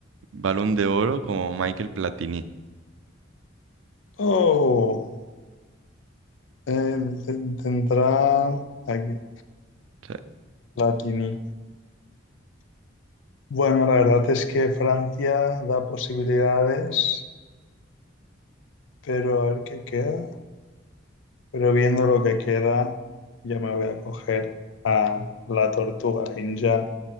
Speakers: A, on the right; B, on the left.
A: Balón de Oro como Michael Platini.
B: Oh, eh, te- tendrá aquí,
A: O sea,
B: Latini. Bueno, la verdad es que Francia da posibilidades, pero a ver qué queda. Pero viendo lo que queda, yo me voy a coger a la tortuga ninja.